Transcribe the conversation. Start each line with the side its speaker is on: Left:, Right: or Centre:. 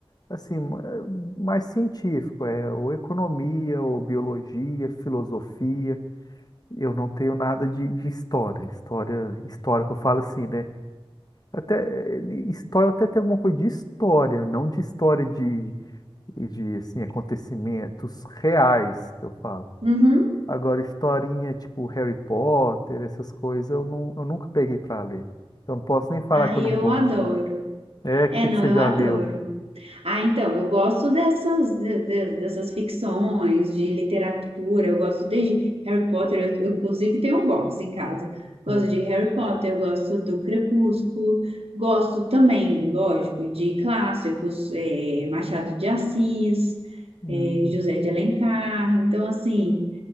Left: assim, ma- eh, mais científico, é ou economia, ou biologia, filosofia. Eu não tenho nada de, de história. História, história que eu falo assim, né? Até eh, história até tem alguma coisa de história, não de história de, de assim, acontecimentos reais que eu falo.
Right: Uhum.
Left: Agora, historinha tipo Harry Potter, essas coisas, eu, não, eu nunca peguei para ler. Então, não posso nem falar
Right: Ai,
Left: que eu não
Right: eu
Left: gosto.
Right: adoro.
Left: É, o
Right: É,
Left: que,
Right: não,
Left: que você
Right: eu
Left: já
Right: adoro.
Left: leu?
Right: Ah, então, eu gosto dessas, de- de- dessas ficções, de literatura, eu gosto desde Harry Potter, eu, eu, inclusive tenho um box em casa. Gosto
Left: Hum,
Right: de Harry Potter, eu gosto do Crepúsculo, gosto também, lógico, de clássicos, eh, Machado de Assis,
Left: hum,
Right: eh, José de Alencar. Então, assim,